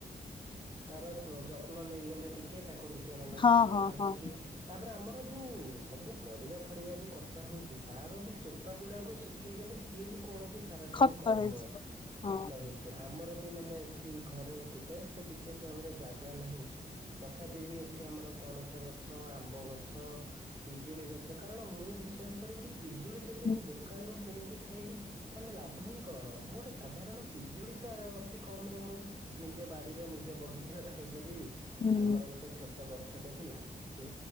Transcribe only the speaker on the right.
ତାର ଯତ୍ନ ନେଇଗଲେ ଟିକେ ତାକୁ ଟିକେ ମାନେ
ସାର
ଫାର
କି ତାପରେ ଆମର ଯୋଉ ସବୁ ପରିବା ଫରିବା ବି କଟା ହଉଛି ତାର ବି ଚୋପା ଗୁଡ଼ାକୁ ଶୁଖି ଇଦେଲେ ସିଏ ବି କୌଣସି ସାର ଠାରୁ
କମ
ନୁହଁ ଖତ
ହେଇକି ଆମର ବି ମାନେ ଏଠି ଘରେ କେତେ। ଏତେ ବିଶେଷ ଭାବରେ ଜାଗା ନାହିଁ। ତଥାପି ବି ଏଠି ଆମର ପଣସ ଗଛ, ଆମ୍ବ ଗଛ ପିଜୁଳି ଗଛ କାରଣ ମୁଁ ବିଶ୍ଵାସ କରେକି ପିଜୁଳି ଯଦି
ମୁଁ ଦୋକାନରୁ କିଣିକି ଖା ଖାଇବି ତାହେଲେ ଲାଭ ହିଁ କଣ? ମୁଁ ଗୋଟେ ସାଧାରଣ ପିଜୁଳି ତ ଅତି କମ ରେ ମୁଁ ନିଜ ବାଡିର ନିଜ ବଗିଚା ଖାଇପାରିବି
ଆମର ଗୋଟେ ଛୋ ଛୋଟ ଗଛଟେ ଥିଲା ସେ